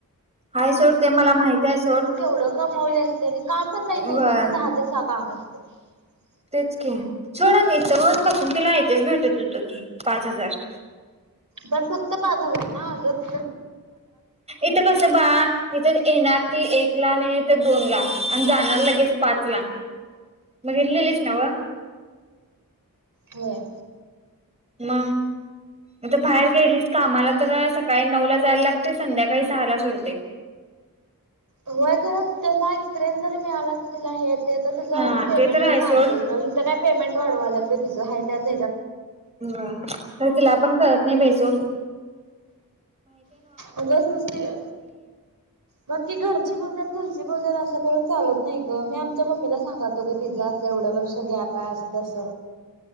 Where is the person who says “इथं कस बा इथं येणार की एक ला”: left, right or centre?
Right